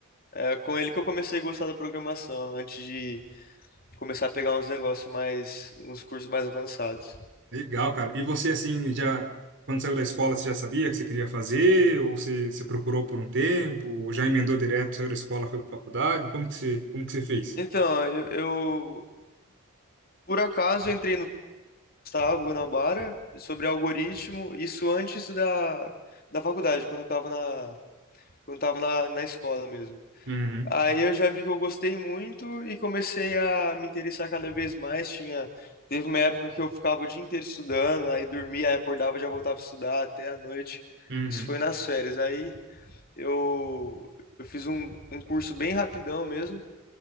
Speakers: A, on the left; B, on the right.
A: É com ele que eu comecei a gostar da programação, antes de começar a pegar uns negócios mais, uns cursos mais avançados.
B: Legal, cara. E você, assim, já, quando saiu da escola, você já sabia que você queria fazer? Ou você, você procurou por um tempo? Ou já emendou direto, saiu da escola, foi pra faculdade? Como que você, como que você fez?
A: Então, eu, eu, por acaso eu entrei no Gustavo Guanabara sobre algoritmo, isso antes da, da faculdade, quando eu tava na, quando eu tava na, na escola mesmo.
B: Uhum,
A: Aí eu já vi que eu gostei muito e comecei a me interessar cada vez mais. Tinha, teve uma época que eu ficava o dia inteiro estudando, aí dormia, aí acordava, já voltava a estudar até a noite.
B: uhum,
A: Isso foi nas férias. Aí eu, eu fiz um, um curso bem rapidão mesmo.